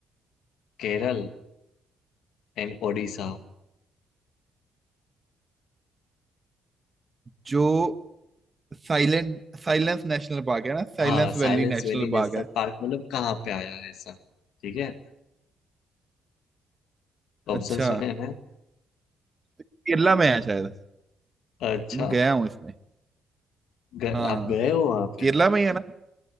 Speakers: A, on the left (about 80°); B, on the right (about 25°).
A: केरल एंड ओडिशा
B: जो साइलेंट साइलेंस नेशनल पार्क है ना साइलेंस
A: हाँ साइलेंस
B: वैली नेशनल
A: वैली नेशनल
B: पार्क है
A: पार्क मतलब कहाँ पे आया है ऐसा ठीक है ऑप्शन
B: अच्छा
A: सुने हैं
B: केरला में है शायद
A: अच्छा
B: मैं गया हूँ इसमें
A: ग,
B: हाँ
A: आप गए हो वहाँ पे
B: केरला में ही है ना